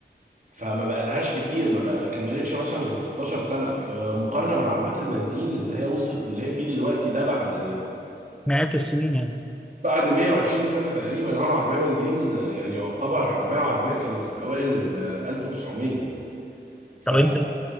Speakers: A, on the right (about 50°); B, in the centre.
A: فما بقالهاش كتير ما بقى كملتش مثلا غير 16 سنة في مقارنة بالعربيات البنزين اللي هي وصلت اللي هي فيه دلوقتي ده بعد
B: مئات السنين يعني
A: بعد 120 سنة تقريبا أول عربية بنزين يعني يعتبر عربية عربية كانت في أوائل ال 1900 ف
B: طب انت